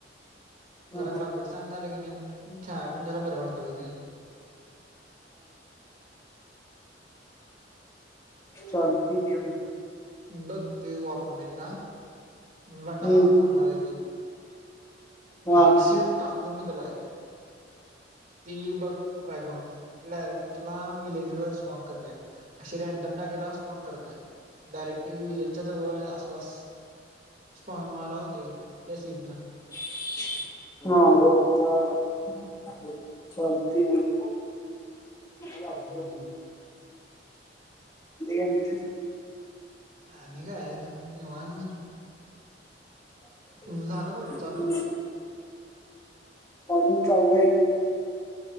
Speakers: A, on the right; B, on the left.
A: जरा
B: हा
A: ग्राफीक्स छान झाले क नई मग कार्ड मग जरा बर वाटतय मग ते
B: चालतय घे
A: बघ ते वापरून एकदा मी बंडाला
B: हम्म
A: पण सांगणार आहे ते आणि
B: हा
A: एक शीड्स टाकतो मी त्याला एक ती बघ ट्राय करून डायरेक्ट तुला व्हिलेज वर स्पॉन करतय अशी रॅड्डम जागेला स्पॉन करत नाही डायरेक्ट व्हिलेजच्या जवळ आसपास स्पाॅनवाला होतय त्या स्पीडन
B: हा हो चा.. बर चालतय की बर टाकतो
A: हम्म
B: घे आणि काय म्हणतोईस
A: आणि काय एकदम निवांत आहे मग
B: काय
A: तुमचं झालं कॉलेज चालू?
B: नाही चांगलं आहे